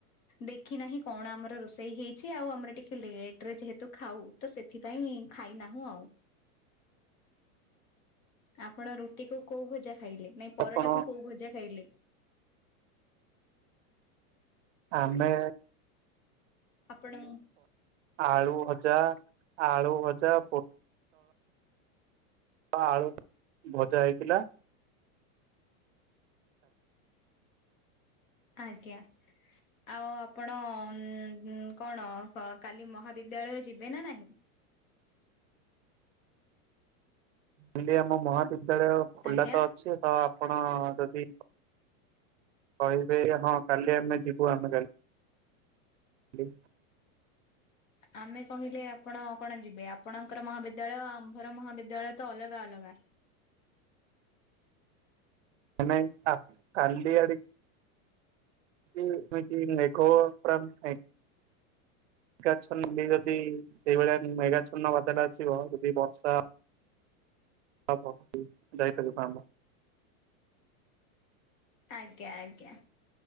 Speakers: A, on the left; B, on the right.
A: ଦେଖି ନାହିଁ କଣ ଆମର ରୋଷେଇ ହେଇଛି ଆଉ ଆମର ଟିକେ ଲେଟରେ ଯେହେତୁ ଖାଉ ତ ସେଥିପାଇଁ ଖାଇନାହୁଁ ଆଉ। ଆପଣ ରୁଟି କୁ କୋଉ ଭଜା ଖାଇଲେ ନାଇଁ ପରଟା
B: ଆପଣ
A: କୁ କୋଉ ଭଜା ଖାଇଲେ
B: ଆମେ
A: ଆପଣ
B: ଆଳୁ ଭଜା ଆଳୁ ଭଜା ପ ଆଳୁ ଭଜା ହେଇଥିଲା।
A: ଆଜ୍ଞା। ଆଉ ଆପଣ ଉ କଣ କାଲି ମହାବିଦ୍ୟାଳୟ ଯିବେ ନା ନାହିଁ?
B: କାଲି ଆମ ମହାବିଦ୍ୟାଳୟ ଖୋଲା
A: ଆଜ୍ଞା
B: ତ ଅଛି ତ ଆପଣ ଯଦି କହିବେ ହଁ କାଲି ଆମେ ଯିବୁ ଆମେ କାଲି
A: ଆମେ କହିଲେ ଆପଣ କଣ ଯିବେ ଆପଣଙ୍କର ମହାବିଦ୍ୟାଳୟ ଆମ୍ଭର ମହାବିଦ୍ୟାଳୟ ତ ଅଲଗା ଅଲଗା।
B: ମାନେ କାଲି ଆଡ଼ ମକା <inaudible> ମେଗାଛନ ଯଦି ସେଇଭଳିଆ ମେଗାଛନ ବାଦରେ ଆସିବ ଯଦି ବର୍ଷା <unintelligible> ହଉ ହଉ ହ ଯାାଇପଜୋର୍ <unintelligible>
A: ଆଜ୍ଞା ଆଜ୍ଞା।